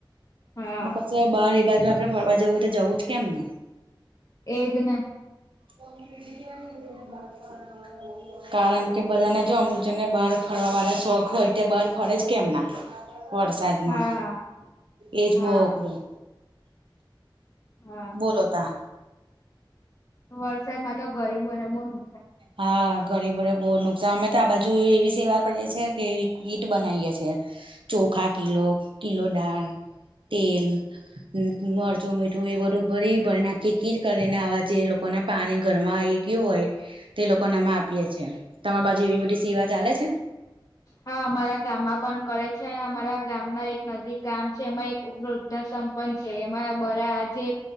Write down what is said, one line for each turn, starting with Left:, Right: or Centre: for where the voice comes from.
Left: હા
Right: બ કશે બાર એ બાજુ આપડે ફરવા જવું તે જવું જ કેમનું. <unintelligible>
Left: એજને.
Right: <unintelligible> કારણ કે બધાને જો અમુક જન ને બહાર ફરવા વાળા શોખ હોય તે, બહાર ફરેે જ કેમ ના વરસાદ
Left: હા
Right: માં.
Left: હા
Right: એજ
Left: હા
Right: બો અઘરું
Left: હા.
Right: બોલો તા.
Left: વરસાદ માં તો ગરીબો ને બો નુ
Right: હા. ગરીબોને બો નુકસાન મેં તો આ બાજુ એવી સેવા કરીએ છે, કે કીટ બનાઈએ છે. ચોખા કિલો, કિલો દાળ, તેલ ન મ મરચું મીઠું એ બધું ભરી ભરીને, આખી કીટ કરીને, આવા જે લોકોને. પાણી ઘરમાં આવી ગયું હોય તે, લોકોને અમે આપીએે છે, તમા બાજુ એવી બધી સેવા ચાલે છે.
Left: હા, અમારા ગામમાં પણ કરે છે, અમારા ગામના એક નજીક ગામ છે, એમા એક વૃદ્ધા સંપન્ન છે, એમાં બરા જે